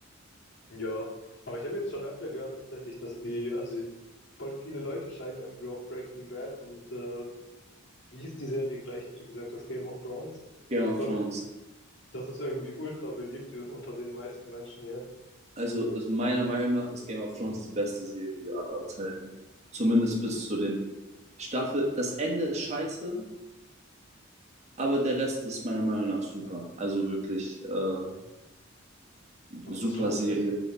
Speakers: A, on the left; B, on the right.
A: ja. Aber ich habe jetzt schon öfter gehört tatsächlich, dass die, also voll viele Leute scheinen irgendwie auf Breaking Bad und äh, wie hieß die Serie gleich, die du gesagt hast, Game of Thrones,
B: Game
A: dass
B: of
A: das,
B: Thrones.
A: das ist irgendwie ultra beliebt unter den meisten Menschen hier.
B: Also, also meiner Meinung nach ist Game of Thrones die beste Serie aller Zeiten. Zumindest bis zu den Staffel. Das Ende ist scheiße, aber der Rest ist meiner Meinung nach super. Also wirklich äh,
A: Also
B: super
A: das Genre,
B: Serie.